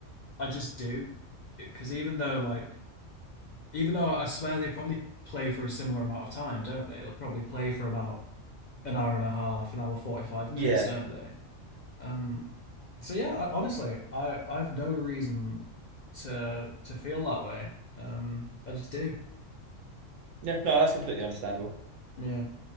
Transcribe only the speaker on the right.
Yeah,
yeah, no, that's completely understandable.